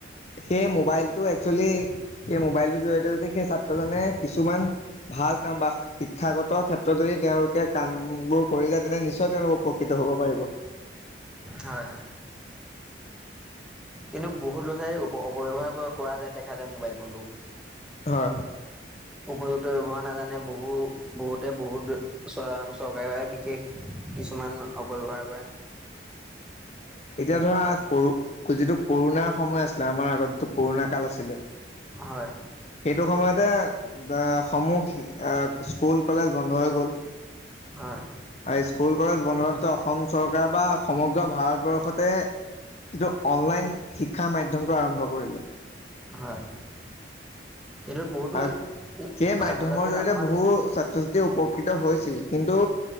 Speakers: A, on the left (about 35°); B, in the centre.
A: সেই মোবাইল। আজিকালি সেই মোবাইল টো জড়িত যদি সেই ছাত্ৰজনে কিছুমান ভাল কাম বা শিক্ষাগত ক্ষেত্ৰত যদি তেওঁলোকে কাম। বোৰ কৰি যায় তেনে নিশ্চয় তেওঁলোক উপকৃত হ'ব পাৰিব
B: হয় হয় কিন্তু বহুত ল'ৰা ছোৱালী অপব্যৱহাৰ কৰা যায় দেখা যায় মোবাইল ফোনটো
A: হয়
B: উপযুক্ত ব্যৱহাৰ নাজানে বহু বহুতে বহুত চৰকাৰে বাবে বিশেষ কিছুমান অপব্যৱহাৰ কৰে
A: এতিয়া ধৰা যিটো কৰোণাৰ সময় আছিলে আমাৰ আগত যটো কৰোণা কাল আছিলে সেইটো
B: হয়
A: সময়তে আহ সমূহ আহ স্কুল কলেজ বন্ধ হৈ গ'ল
B: হয়
A: আৰু স্কুল কলেজ বন্ধ হোৱাৰ পিছত অসম চৰকাৰ বা সমগ্ৰ ভাৰতবৰ্ষ লগতে ইটো অনলাইন শিক্ষাৰ মাধ্যমটো আৰম্ভ কৰিলে।
B: হয় সেইটোত বহুতো
A: আৰু সেই মাধ্যমৰ
B: ছাত্ৰ ছাত্ৰী
A: জৰিয়তে
B: লাভৱান
A: বহু
B: হৈছে
A: ছাত্ৰ ছাত্ৰী উপকৃত হৈছিল কিন্তু